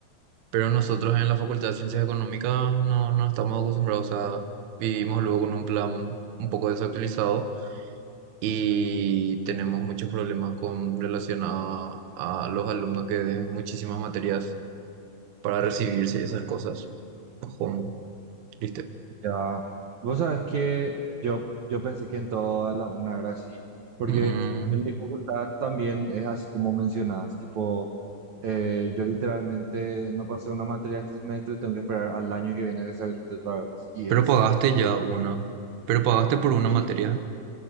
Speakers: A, on the right; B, on the right.
A: Pero nosotros en la Facultad de Ciencias Económicas no, no estamos acostumbrados, a vivimos luego con un plan un poco desactualizado y tenemos muchos problemas con relación a, a los alumnos que den muchísimas materias para recibirse y esas cosas. Ojón, triste.
B: Ya, vos sabés que yo, yo pensé que en toda la una era así, porque
A: Mm,
B: en mi facultad también es así como mencionás, tipo, eh, yo literalmente no pasé una materia este semestre, tengo que esperar al año que viene a que se habilite otra vez, y
A: Pero
B: es,
A: pagaste ya una. Pero pagaste por una
B: y
A: materia.